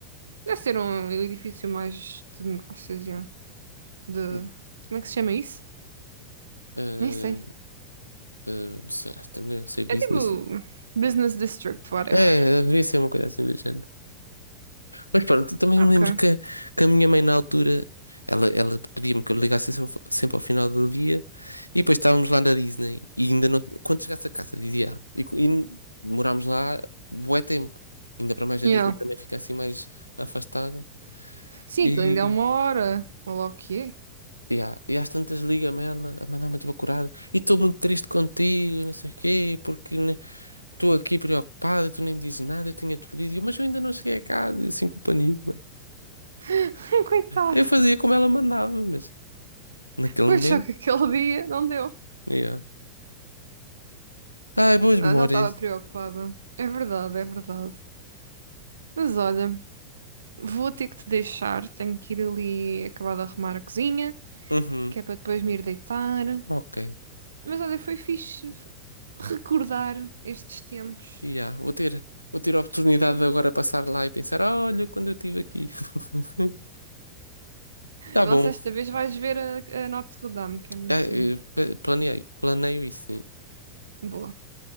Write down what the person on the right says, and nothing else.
Deve ser um edifício mais de negócios, yeah. De...
Como é que se chama isso?
Nem sei.
É tipo Business District, whatever.
<laughs>
Ok.
Yeah.
Sim,
aquilo ainda é uma hora. Olha lá o que é.
<laughs> Coitado.
Pois
só que aquele dia não deu.
Ah,
já estava preocupada. É verdade, é verdade. Mas olha, vou ter que te deixar. Tenho que ir ali acabar de arrumar a cozinha,
que é para depois me ir deitar.
Mas olha, foi fixe recordar estes tempos.
Vê
lá se esta vez vais ver a, a Notre-Dame, que é muito
bonita.
Boa.